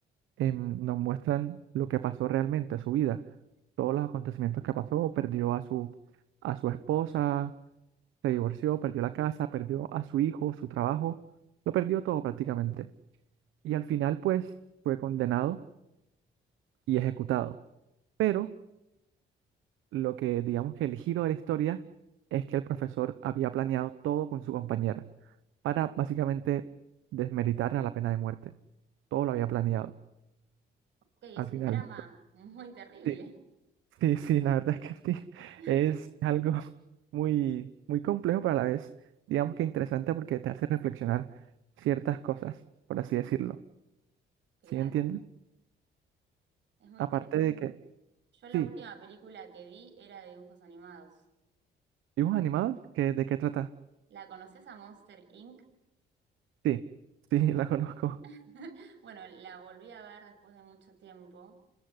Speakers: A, on the right (about 85°); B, on the right (about 65°).
A: em, nos muestran lo que pasó realmente, su vida, todos los acontecimientos que pasó, perdió a su, a su esposa, se divorció, perdió la casa, perdió a su hijo, su trabajo, lo perdió todo prácticamente. Y al final, pues, fue condenado y ejecutado. Pero lo que digamos que el giro de la historia es que el profesor había planeado todo con su compañera para básicamente desmeritar a la pena de muerte. Todo lo había planeado.
B: que
A: Al
B: es
A: final,
B: un drama
A: pues,
B: muy terrible.
A: sí, sí, sí, la verdad es que sí. <laughs>
B: <laughs>
A: Es algo muy, muy complejo, pero a la vez, digamos que interesante porque te hace reflexionar ciertas cosas, por así decirlo.
B: Claro,
A: ¿Sí me entiendes?
B: es muy
A: Aparte
B: interesante.
A: de que,
B: Yo la
A: sí,
B: última película que vi era de dibujos animados.
A: dibujos animados, ¿qué- ¿de qué trata?
B: ¿La conoces a Monster Inc?
A: Sí, sí, <laughs> la conozco.
B: <laughs> Bueno, la volví a ver después de mucho tiempo.